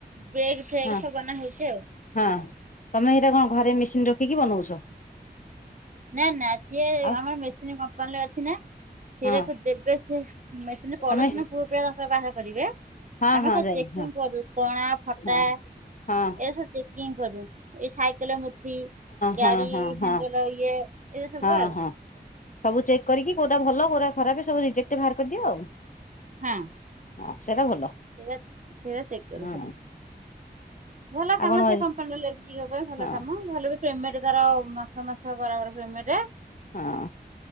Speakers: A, on the right; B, on the left.
A: ବ୍ରେକ୍ ଫ୍ରେକ୍
B: ହଁ
A: ସବୁ ବନା ହଉଛି ଆଉ
B: ହଁ ତମେ ଏଇଟା କଣ, ଘରେ ମେସିନ୍ ରଖିକି ବନଉଛ।
A: ନା ନା ସିଏ
B: ଆଉ
A: ଆମର ମେସିନ କମ୍ପାନୀରେ ଅଛି ନା ସେରାକୁ
B: ହଁ
A: ଦେବେ ସେ ମେସିନ୍ ପଡକ୍ସନ
B: ତମେ
A: ପୁଅ ପିଲା ତାଙ୍କର ବାହାର କରିବେ।
B: ହଁ
A: ଆମେ
B: ହଁ
A: ଖାଲି
B: ଯାଇଲି
A: ଚେକିଂ
B: ହଁ
A: କରୁ କଣା ଫଟା।
B: ହଁ ହଁ
A: ଏରା ସବୁ ଚେକିଂ କରୁ ଏଇ ସାଇକେଲ ମୁଠି ଗାଡି
B: ହଁ ହଁ ହଁ ହଁ
A: ହେଣ୍ଡଲ ଏଇ ଏଇରା ସବୁ
B: ହଁ
A: ଆଉ।
B: ହଁ ସବୁ ଚେକ୍ କରିକି କେଉଁଟା ଭଲ କେଉଁଟା ଖରାପ ସବୁ ରିଜେକ୍ଟ ବାହାର କରିଦିଅ ଆଉ।
A: ହଁ।
B: ହଁ ସେଇଟା ଭଲ
A: ସେରା ସେରା ଚେକ୍ କରୁ
B: ହଁ
A: ଖାଲି। ଭଲ
B: ଆଉ
A: କାମ
B: କଣ ହଁ
A: ସେ କମ୍ପାନୀ ଲେଡିସ୍ ଙ୍କ ପାଇଁ ଭଲ
B: ହଁ
A: କାମ ଭଲ ବି ପେମେଣ୍ଟ ତାର ମାସ ମାସ ତ ବରାବର ପେମେଣ୍ଟ।
B: ହଁ।